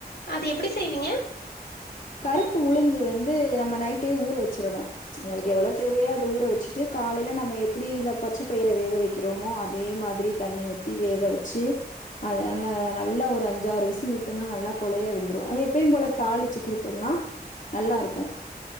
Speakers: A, on the left; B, on the left.
A: அது எப்டி செய்வீங்க
B: கருப்பு உளுந்து வந்து நம்ம நைட்டே ஊற வெச்சிரணு உங்களுக்கு எவ்ளோ தேவையோ அத ஊற வச்சுட்டு காலைல நம்ம எப்பிடி இந்த பச்ச பயிற வேக வெக் கிறமோ அதே மாதிரி தண்ணி ஊத்தி வேக வச்சி அதுனால நல்லா ஒரு அஞ்சாறு விசில்வுட்டம்னா நல்லா கொழய வெந்துரு அத எப்பயும் போல தாளிச்சு குடுத்தம்னா நல்லாருக்கு